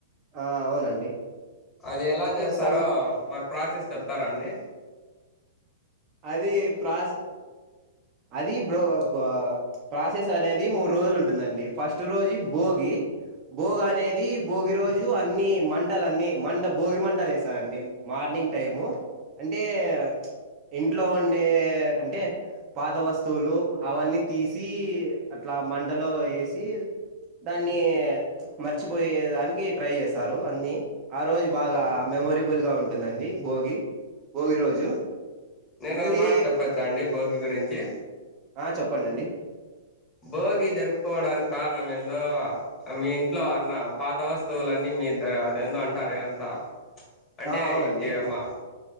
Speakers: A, on the right; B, on the left.
A: ఆ అవునండి
B: అది ఎలా చేస్తారో
A: సం
B: మాకు. ప్రాసెస్ చెప్తారా అండి.
A: అది ప్రాస్ అది బ్రో అబ్బా. ప్రాసెస్ అనేది మూడు రోజులు ఉంటుందండి ఫస్ట్ రోజు భోగి. భోగనేది భోగి రోజు. రోజు అన్ని మంటలు అన్ని మంట భోగి మంటలు వేస్తారండి మార్నింగ్ టైము. అంటే ప్చ్ ఇంట్లో ఉండే అంటే. పాత వస్తువులు అవన్నీ తీసి అట్లా మంటలో వేసి. దాన్ని మర్చిపోయే దానికి ట్రై చేస్తారు అన్ని. ఆ రోజు బాగా మెమోరేబుల్ గా ఉంటుందండి భోగి భోగి రోజు.
B: నేను
A: మళ్ళీ
B: ఒక మాట చెప్పొచ్చా అండి భోగి గురించి.
A: ఆహ్ చెప్పండాండి
B: భోగి జరుపుకోవడానికి కారణం ఏందో. మీ ఇంట్లో అన్న పాత వస్తువులన్నీ మీ ఇద్దర అదేందో అంట్ అంటారే అంత ప్చ్ అంటే
A: ఆ అవునండి
B: వీటికే అమ్మా.